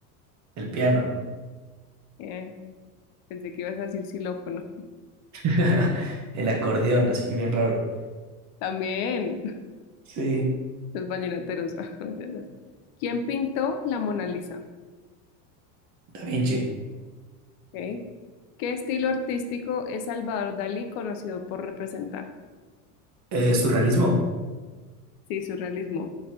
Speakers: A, on the right; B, on the left.
A: El piano,
B: <laughs> Bien. Pensé que ibas a decir xilófono.
A: <laughs> el acordeón, así bien raro.
B: También
A: Sí,
B: los vallenateros. <laughs> ¿Quién pintó la Mona Lisa?
A: Da Vinci.
B: Ok. ¿Qué estilo artístico es Salvador Dalí conocido por representar?
A: Eh, surrealismo,
B: Sí, surrealismo.